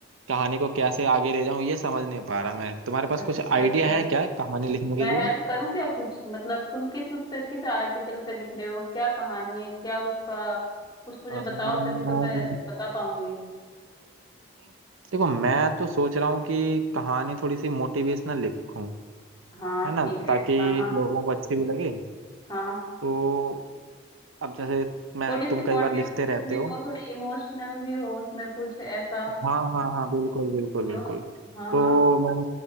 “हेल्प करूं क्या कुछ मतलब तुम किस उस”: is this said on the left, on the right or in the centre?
Left